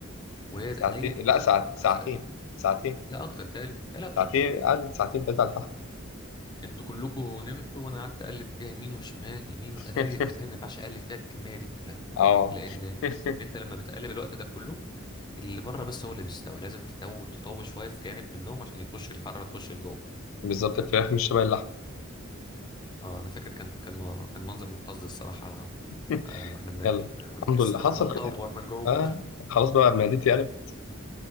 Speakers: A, on the left; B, on the left.
A: وهي
B: ساعتين
A: نيه من جوه
B: لا ساعت
A: ولا
B: ساعتين
A: ساعة.
B: ساعتين
A: لا اكتر تالي تالي اكتر
B: ساعتين
A: كمان
B: قعدت ساعتين تلاتة على
A: انتوا كلكم نمتوا وانا قعدت اقلب فيها يمين وشمال يمين واتاري
B: الفحم
A: اتاري
B: <laughs>
A: ما ينفعش اقلب فيها الكميه دي كلها
B: اه
A: لان ان
B: <laughs>
A: انت لما بتقلب الوقت ده كله اللي بره بس هو اللي بيستوي لازم تطول تطول شويه في جانب منهم عشان يخش الحراره تخش لجوه
B: بالظبط الفراخ مش شبه اللحم
A: اه انا فاكر كان كان م- كان منظر مقزز الصراحه
B: <laughs>
A: آه واحنا بناكل
B: يلا
A: <laughs> آه،
B: الحمد
A: تحس
B: لله
A: انت
B: حصل
A: بتق- بتقور
B: خير
A: من جوه
B: آه
A: <laughs>
B: خلاص بقى معدتي قلب